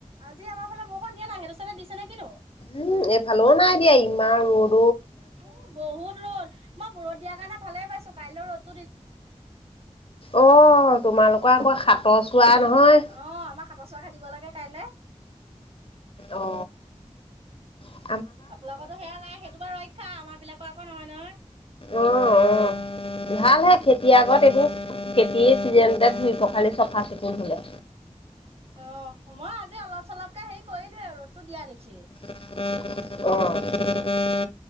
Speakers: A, on the right; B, on the left.
A: আজি আমাৰ ফালে বৰষুণ দিয়া নাই, সেইটো ছাইডে দিছে নে কি নো?
B: উম এফালেও নাই দিয়া ইমান ৰদ
A: অ', বহুত ৰ'দ মই ৰ'দ দিয়া কাৰণে ভালে পাইছো কাইলেও ৰ'দ
B: অ', তোমালোকৰ আকৌ সাতৰ চোৱা নহয়
A: অহ আমাৰ হাতৰ চুৱা খেদিব লাগে কাইলে
B: উ অ উ
A: আপোনালোকৰটো সেয়া নাই সেইটো বাৰু ৰক্ষা আমাৰ বিলাকৰ আকৌ নহয় নহয়।
B: অ অ ভালহে খেতি আগত এইবোৰ কি চিজেণ্টে ধুই পখালি চাফা চিকুণ হোলে।
A: অ মই আজি অলপ চলপকে হেৰি কৰিলোয়ে ৰ'দটো দিয়া দেখি
B: অ',